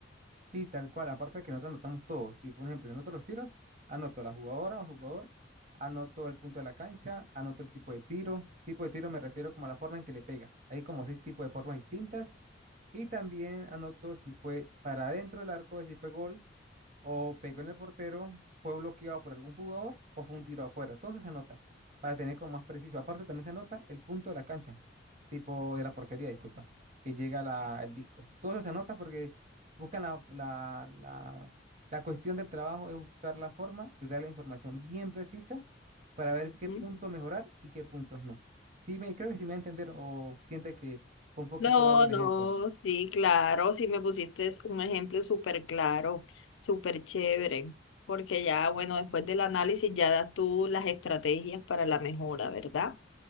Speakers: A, on the right (about 40°); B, on the left (about 75°).
A: Sí, tal cual. Aparte de que nosotros anotamos todo. Tipo, un ejemplo, yo anoto los tiros, anoto la jugadora o jugador, anoto el punto de la cancha, anoto el tipo de tiro. Tipo de tiro me refiero como a la forma en que le pega. Hay como seis tipos de formas distintas. Y también anoto si fue para adentro del arco, si fue gol o pegó en el portero, fue bloqueado por algún jugador o fue un tiro afuera. Todo eso se anota para tener como más preciso. Aparte también se anota el punto de la cancha, tipo de la portería, disculpa, que llega la, el disco. Todo eso se anota porque buscan la, la, la, la cuestión del trabajo es buscar la forma de dar la información bien precisa para ver qué
B: Ujú.
A: punto mejorar y qué puntos no. Sí, me, creo que sí me va a entender o siente que fue un poquito
B: No,
A: vago el
B: no,
A: ejemplo.
B: sí, claro, sí me pusiste un ejemplo súper claro, súper chévere, porque ya, bueno, después del análisis ya das tú las estrategias para la mejora, ¿verdad?